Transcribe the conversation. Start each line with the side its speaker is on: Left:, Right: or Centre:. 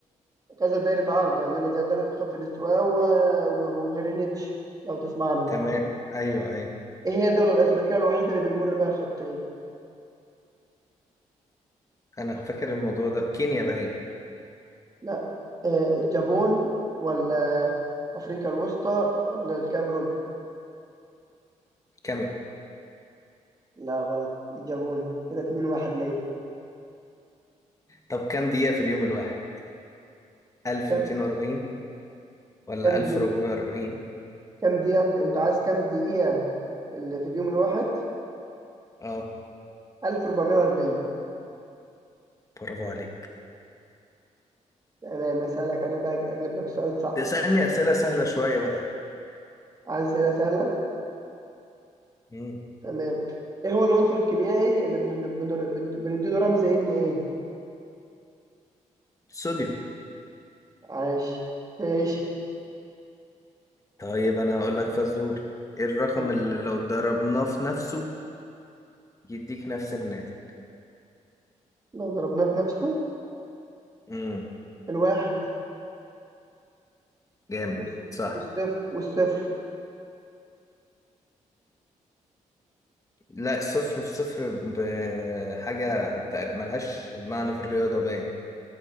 Right: كذا دايرة عرض عندنا زي دايرة خط الاستواء و- وغرينتش لو تسمع عنهم
Left: تمام أيوه أيوه
Right: ايه هي الدولة الأفريقية الوحيدة اللي بيمر بها الخطين
Left: أنا فاكر الموضوع ده كينيا باين
Right: لا آه، الجابون ولا أفريقيا الوسطى ولا الكاميرون
Left: كاميرون
Right: لا غلط الجابون كده اتنين واحد ليا
Left: طب كام دقيقة في اليوم الواحد؟ 1240
Right: كم
Left: ولا
Right: كم
Left: 1440
Right: دي كم دقيقة في- أنت عايز كم دقيقة في, ال... في اليوم الواحد
Left: اه
Right: 1440
Left: برافو عليك
Right: تمام أسألك أنا بقى أجيب لك سؤال صعب
Left: تسألني أسئلة سهلة شوية بقى
Right: عايز أسئلة سهلة
Left: مم.
Right: تمام إيه هو العنصر الكيميائي اللي بن... بن... بن... بنديله رمز إن إيه
Left: صوديوم
Right: عاش ماشي
Left: طيب أنا هقول لك فزور إيه الرقم
Right: تمام
Left: اللي لو ضربناه في نفسه يديك نفس الناتج
Right: لو ضربناه في نفسه
Left: امم
Right: الواحد
Left: جامد
Right: والص-
Left: صح
Right: والصفر والصفر
Left: لا صفر في صفر بحاجة تق- ملهاش معنى في الرياضة باين